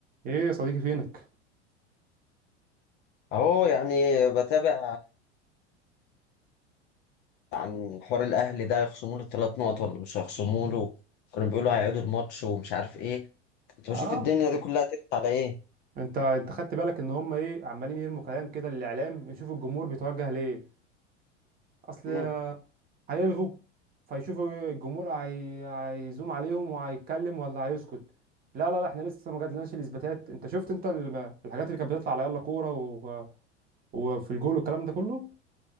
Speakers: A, on the right; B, on the left.
A: ايه يا صديقي فينك
B: اهو يعني بتابع عن حوار الاهلي ده هيخصموا له ثلاث نقط ولا مش هيخصموا له كانوا بيقولوا هيعيدوا الماتش ومش عارف ايه كنت
A: اه
B: بشوف الدنيا دي كلها ترفع على ايه
A: انت انت خدت بالك ان هم ايه عمالين يرموا كلام كده للاعلام نشوف الجمهور بيتوجه ليه اصل
B: مم.
A: هيلغوا فيشوفوا الجمهور هي... هيزوم عليهم وهيتكلم ولا هيسكت لا لا لا احنا لسه ما جاتلناش الاثباتات انت شفت انت ال- الحاجات اللي كانت بتطلع على يلا كوره و... وفي الجول والكلام ده كله